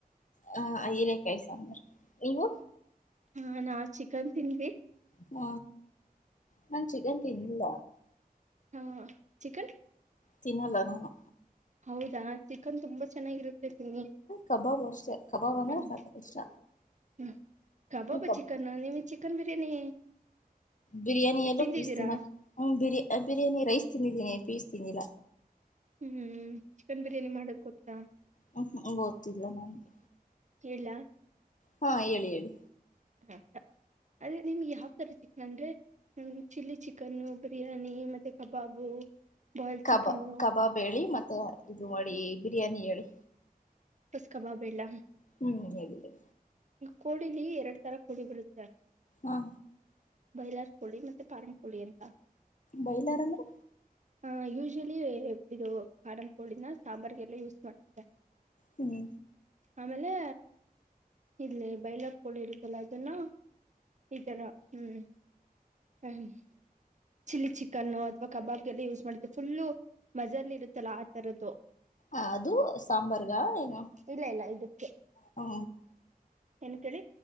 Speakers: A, on the left (about 55°); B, on the right (about 50°).
A: ಹಾ ಹೀರೆಕಾಯಿ ಸಾಂಬರ್ ನೀವು
B: ಹಾ ನಾ ಚಿಕನ್ ತಿಂದ್ವಿ
A: ಹ್ಮ ನಾನ್ ಚಿಕನ್ ತಿಂದಿಲ್ಲ
B: ಹಾ ಚಿಕನ್
A: ತಿನ್ನಲ್ಲ ನಾನು
B: ಹೌದಾ ಚಿಕನ್ ತುಂಬಾ ಚೆನ್ನಾಗಿರುತ್ತೆ ತಿನ್ನಿ
A: ಕಬಾಬ್ ಅಷ್ಟೇ ಕಬಾಬ್ ಅಂದ್ರೆ
B: ಹ್ಮ್
A: ಸಾಕ ಕಷ್ಟ
B: ಹ್ಮ್ ಕಬಾಬ್
A: ನೀ
B: ಚಿಕನ್ ನಿಮಗೆ ಚಿಕನ್ ಬಿರಿಯಾನಿ
A: ಬಿರಿಯಾನಿ ಎಲ್ಲೋ
B: ತಿಂದಿದ್ದೀರಾ
A: ಪೀಸ್ ತಿನ್ನಕ್ ಹ ಬಿ ಬಿರಿಯಾನಿ ರೈಸ್ ತಿಂದೆ ಇದೇ ಪೀಸ್ ತಿನ್ನಲ
B: ಹ್ಮ್ ಚಿಕನ್ ಬಿರಿಯಾನಿ ಮಾಡಕ್ ಗೊತ್ತಾ
A: ಹ್ಮ್ ಗೊತ್ತಿಲ್ಲ ನನ್ಗೆ
B: ಕೇಳ
A: ಹಾ ಹೇಳಿ ಹೇಳಿ
B: ಹ ಅವರು ಯಾವ್ ತರ ಚಿಕನ್ ಅಂದ್ರೆ ಚಿಲ್ಲಿ ಚಿಕನ್ನು ಬಿರಿಯಾನಿ ಮತ್ತೆ ಕಬಾಬು ಬಾಯಲ್
A: ಕಬಾ
B: ಚಿಕನ್
A: ಕಬಾಬ್ ಹೇಳಿ ಮತ್ತೆ ಇದು ಮಾಡಿ ಬಿರಿಯಾನಿ ಹೇಳಿ
B: ುಸ್ಕಬಾಬಿ ಇಲ್ಲ
A: ಹ್ಮ್ ಹೇಳ ಹೇಳಿ
B: ಕೋಳಿಲಿ ಎರಡ್ ತರ ಕೋಳಿ ಬರತ್ತೆ
A: ಹಾ
B: ಬೈಲಾರ್ ಕೋಳಿ ಮತ್ತೆ ಪಾರಂ ಕೋಳಿ ಅಂತ
A: ಬೈಲಾರ ಅಂದ್ರೆ
B: ಆಹ ಯೂಶಲಿ ಇದು ಕಾರಂ ಪೋಳಿನ ಸಾಂಬಾರಿಗೆಲ್ಲ ಯೂಸ್ ಮಾಡ್ತವೆ
A: ಹ್ಮ್
B: ಆಮೇಲೆ ಇಲ್ಲಿ ಬಾಯ್ಲರ್ ಕೋಳಿ ಇಳಿರುತ್ತಲ್ಲ ಅದನ್ನ ಈ ತರ ಹ್ಮ್ ಹ ಚಿಲ್ಲಿ ಚಿಕನ್ನು ಅಥವಾ ಕಬಾಬ್ಗೆಲ್ಲ ಯೂಸ್ ಮಾಡತವಿ ಫುಲ್ಲು ಮಜಲಿ ಇರುತ್ತಲ್ಲಾ ಆ ತರದ್ದು
A: ಹ ಅದು ಸಾಂಬಾರ್ಗ ಏನು
B: ಇಲ್ಲ ಇಲ್ಲ ಇದಕ್ಕೆ
A: ಹ
B: ಏನ್ ಕೇಳಿ